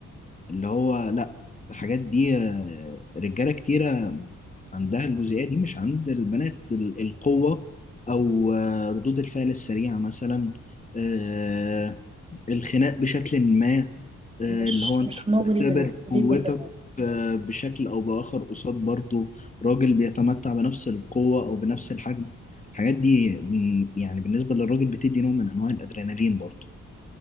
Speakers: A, on the left; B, on the right.
A: اللي هو لأ الحاجات دي آه، رجالة كتيرة عندها الجزئية دي مش عند البنات ال- القوة أو آه، ردود الفعل السريعة مثلا آه، الخناق بشكل ما آه،
B: مش
A: اللي هو انت
B: مش مغري
A: بتختبر
B: بالنسبه
A: قوتك
B: لي كل ده
A: آه، بشكل او باخر قصاد برضه راجل بيتمتع بنفس القوة او بنفس الحجم الحاجات دي بن- يعني بالنسبة للراجل بتدي نوع من انواع الادرينالين برضه